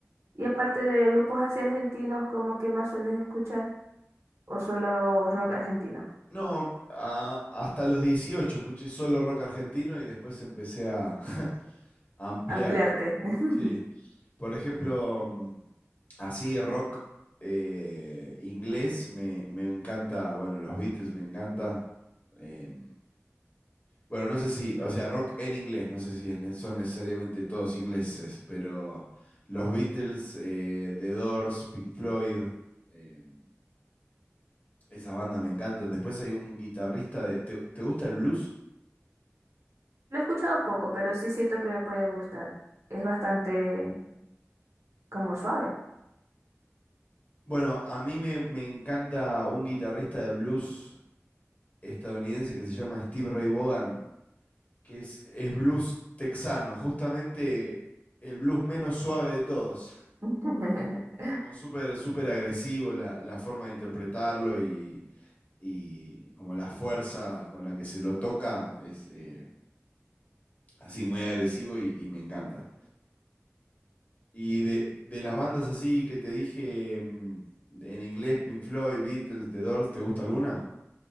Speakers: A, on the right; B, on the left.
A: Y aparte de grupos así argentinos, ¿cómo que más sueles escuchar? ¿O solo rock argentino?
B: No, a- hasta los 18 escuché solo rock argentino y después empecé a <laughs> a ampliar.
A: Ampliarte. <laughs>
B: Sí. Por ejemplo, mm, así rock eh, inglés me, me encanta, bueno, los Beatles me encanta. em, bueno, no sé si, o sea, rock en inglés, no sé si es ne- son necesariamente todos ingleses, pero los Beatles, eh, The Doors, Pink Floyd, em, esas bandas me encantan. Después hay un guitarrista de... ¿Te, te gusta el blues?
A: Lo he escuchado poco, pero sí siento que me puede gustar. Es bastante como suave.
B: Bueno, a mí me, me encanta un guitarrista de blues estadounidense que se llama Steve Ray Vaughan. que es, es blues texano, justamente el blues menos suave de todos.
A: <laughs>
B: Como súper, súper agresivo la, la forma de interpretarlo y, y como la fuerza con la que se lo toca es eh, así muy agresivo y, y me encanta. Y de, de las bandas así que te dije mm, en inglés, Pink Floyd, Beatles, The Doors, ¿te gusta alguna?